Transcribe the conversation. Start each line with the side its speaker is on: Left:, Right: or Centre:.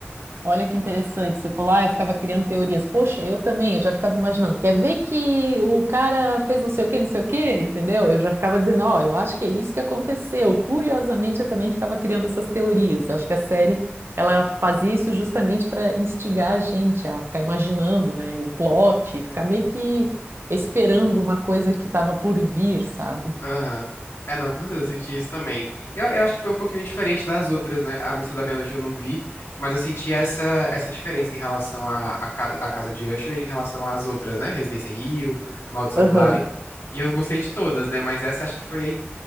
Right: Olha que interessante. Você falou, ah, eu ficava criando teorias. Poxa, eu também, eu já ficava imaginando. Quer ver que o cara fez não sei o quê, não sei o quê, entendeu? Eu já ficava dizendo, ó, eu acho que é isso que aconteceu. Curiosamente, eu também ficava criando essas teorias. Eu acho que a série, ela fazia isso justamente para instigar a gente a ficar imaginando, né, o plot, ficar meio que esperando uma coisa que estava por vir, sabe?
Left: Aham. É, não, com certeza eu senti isso também. Eu, eu acho que foi um pouquinho diferente das outras, né? A Missa da Meia-Noite eu não vi, mas eu senti essa, essa diferença em relação a, a, cada- a Casa de Usher e em relação às outras, né? Residência Rio, Maldição
Right: Aham.
Left: Bly. E eu gostei de todas, né? Mas essa acho que foi.